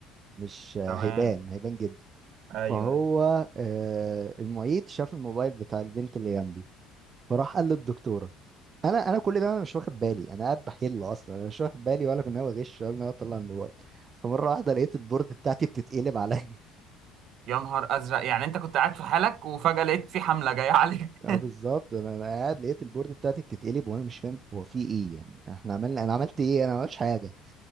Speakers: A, on the right; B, on the right.
A: مش آه،
B: تمام
A: هيبان هيبان جدا
B: ايوه
A: فهو
B: ايوه
A: آه، المعيد شاف الموبايل بتاع البنت اللي جنبي فراح قال للدكتوره انا انا كل ده انا مش واخد بالي انا قاعد بحل اصلا انا مش واخد بالي ولا كنت ناوي اغش ولا ناوي اطلع الموبايل فمره واحده لقيت البورد بتاعتي بتتقلب عليا
B: يا نهار ازرق يعني انت كنت قاعد في حالك وفجأة لقيت في حملة جاية <laughs> عليك
A: <laughs> اه بالظبط انا أنا قاعد لقيت البورد بتاعتي بتتقلب وانا مش فاهم هو في ايه يعني احنا عملنا انا عملت ايه انا ما عملتش حاجه